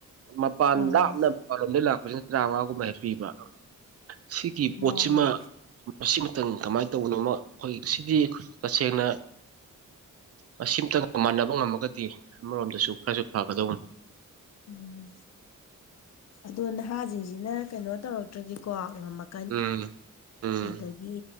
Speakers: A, on the right; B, on the left.
A: ꯃꯄꯥꯟ
B: ꯎꯝ
A: ꯂꯥꯞꯅ ꯃꯄꯥꯟꯂꯣꯝꯗꯩ ꯂꯥꯛꯄꯁꯤꯅ ꯇ꯭ꯔꯥꯉꯥꯒꯨꯝꯕ ꯍꯦꯛ ꯄꯤꯕ ꯁꯤꯒꯤ
B: ꯃꯥꯅꯤ
A: ꯄꯣꯠꯁꯤꯃ ꯃꯁꯤꯃꯇꯪ ꯀꯃꯥꯏ ꯇꯧꯕꯅꯣꯃ ꯑꯩꯈꯣꯏ ꯁꯤꯗꯤ ꯈꯣꯏ ꯇꯁꯦꯡꯅ ꯃꯁꯤꯝꯇ ꯃꯥꯟꯅꯕ ꯉꯝꯃꯒꯗꯤ ꯑꯃꯔꯣꯝꯗꯁꯨ ꯈꯔꯁꯨ ꯐꯒꯗꯧꯕꯟ꯫
B: ꯎꯝ ꯑꯗꯣ ꯅꯍꯥꯁꯤꯡꯖꯤꯅ ꯀꯩꯅꯣ ꯇꯧꯔꯛꯇ꯭ꯔꯗꯤꯀꯣ ꯉꯝꯃꯛ
A: ꯎꯝ꯫ ꯎꯝ
B: ꯑꯗꯒꯤ